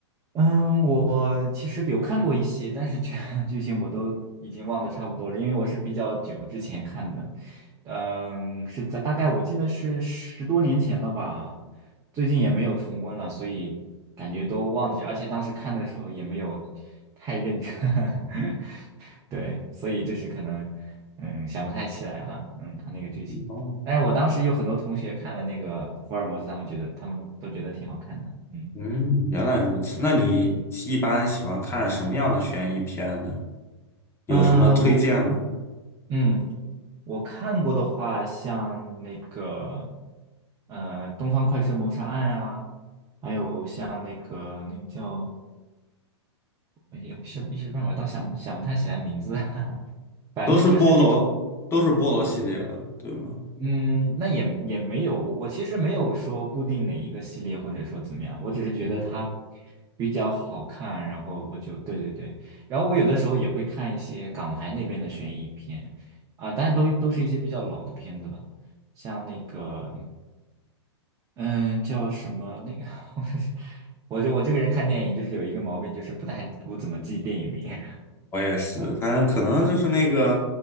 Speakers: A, on the right (about 20°); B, on the left (about 15°).
A: 嗯，我其实有看过一些，但是剧 <laughs> 剧情我都已经忘得差不多了，因为我是比较久之前看的，嗯，是在大概我记得是十多年前了吧，最近也没有重温了，所以感觉都忘记，而且当时看的时候也没有太认真，<laughs> 对，所以就是可能，嗯，想不太起来了，嗯，他那个剧情。
B: 哦，
A: 但是我当时有很多同学看了那个福尔摩斯，他们觉得他们都觉得挺好看的，嗯
B: 嗯，原来如此。那你一般喜欢看什么样的悬疑片呢？有什么推荐吗？
A: 嗯，我嗯，我看过的话，像那个呃《东方快车谋杀案》啊，还有像那个那个叫，哎呀，我是一时半会儿倒想不想不太起来名字，<laughs> 反正就是那。
B: 都是菠萝，
A: 种。
B: 都是菠萝系列的，对吗？
A: 嗯，那也也没有，我我其实没有说固定哪一个系列，或者说怎么样，我只是觉得它
B: 嗯哼
A: 比较好看，然后我就对对对，然后我有的时候也会看一些港台那边的悬疑片啊，但都都是一些比较老的片子了，像那个嗯叫什么那个，<laughs> 我就我这个人看电影就是有一个毛病，就是不太不怎么记电影名，<laughs>
B: 我也是，
A: 嗯，
B: 但可能就是那个，